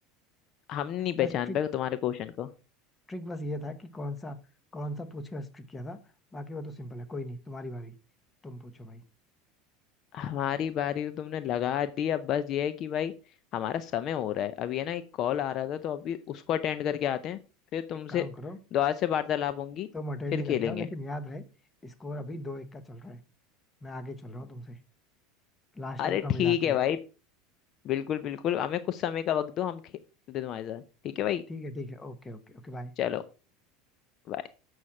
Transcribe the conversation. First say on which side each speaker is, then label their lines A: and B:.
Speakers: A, on the left (about 45°); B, on the left (about 15°).
A: हम नहीं
B: बस
A: पहचान
B: ट्रिक
A: पाए तुम्हारे क्वेश्चन को
B: ट्रिक बस ये था कि कौन सा कौन सा पूछ के बस ट्रिक किया था बाकी वो तो सिंपल है कोई नहीं तुम्हारी बारी तुम पूछो भाई
A: हमारी बारी तो तुमने लगा दी अब बस ये है कि भाई हमारा समय हो रहा है अभी है ना एक कॉल आ रहा था तो अभी उसको अटेंड करके आते हैं फिर तुमसे
B: एक काम करो
A: दोबारा से वार्तालाप होंगी
B: तुम अटेंड
A: फिर
B: करके
A: खेलेंगे
B: आओ लेकिन याद रहे स्कोर अभी दो एक का चल रहा है मैं आगे चल रहा हूँ तुमसे लास्ट
A: अरे
B: टाइम का
A: ठीक
B: मिला
A: है
B: के
A: भाई बिल्कुल बिल्कुल हमें कुछ समय का वक्त दो हम खेलते हैं तुम्हारे साथ ठीक है भाई
B: ठीक है ठीक है ओके ओके ओके बाय
A: चलो bye।